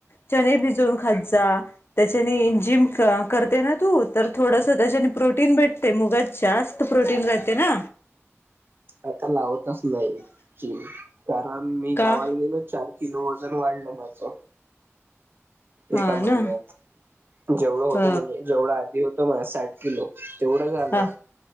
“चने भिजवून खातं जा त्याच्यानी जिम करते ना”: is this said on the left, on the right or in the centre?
Left